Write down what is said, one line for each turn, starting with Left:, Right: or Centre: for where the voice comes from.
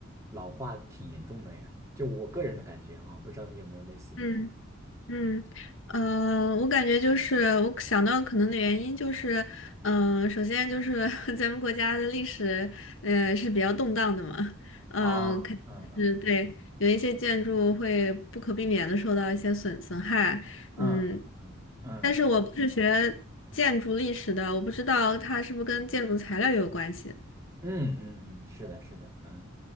Right: 老化挺严重的呀。就我个人的感觉哈，不知道你有没有类似的？
Left: 嗯。嗯，
Right: 嗯
Left: 呃，我感觉就是我想到可能的原因就是，嗯、首先就是 <laughs> 咱们国家的历史，呃，是比较动荡的嘛，嗯、
Right: 啊，
Left: 肯定是对，
Right: 嗯嗯
Left: 有一些建筑会不可避免的受到一些损损害，
Right: 嗯嗯嗯嗯
Left: 嗯，但是我不是学建筑历史的，我不知道它是不是跟建筑材料有关系。
Right: 嗯嗯，是的，是的，嗯，